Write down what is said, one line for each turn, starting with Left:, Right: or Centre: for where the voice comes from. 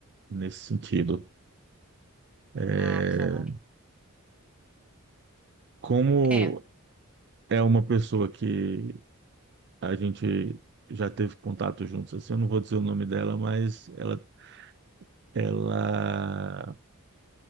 Right: nesse sentido. Eh,
Centre: Ah, claro.
Right: como
Centre: É.
Right: é uma pessoa que a gente já teve contato juntos, assim, eu não vou dizer o nome dela, mas ela, ela